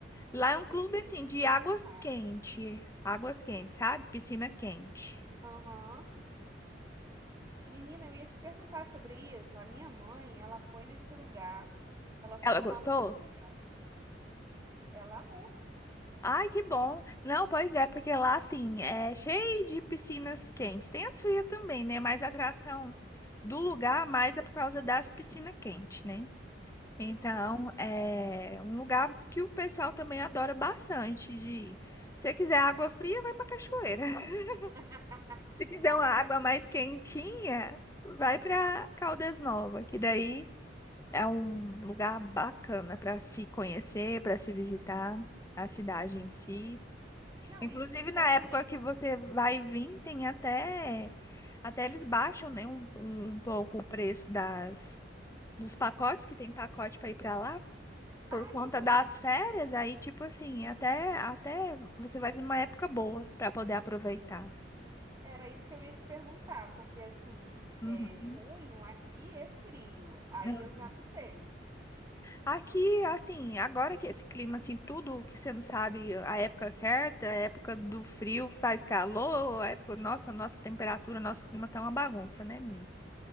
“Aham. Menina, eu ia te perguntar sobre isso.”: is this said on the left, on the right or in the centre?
Right